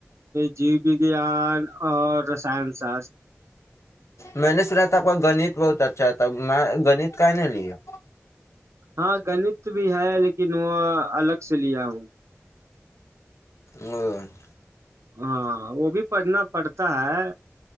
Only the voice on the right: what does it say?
جیو وگان اور رسان شاستر
ہاں گنت بھی ہے لیکن وہ الگ سے لیا ہوں <unintelligible>
ہاں وہ بھی پڑھنا پڑتا ہے